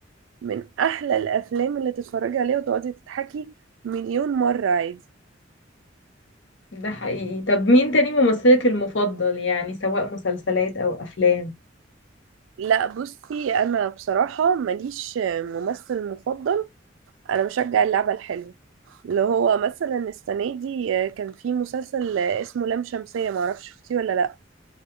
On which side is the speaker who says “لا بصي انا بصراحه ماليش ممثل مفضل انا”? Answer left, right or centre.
Right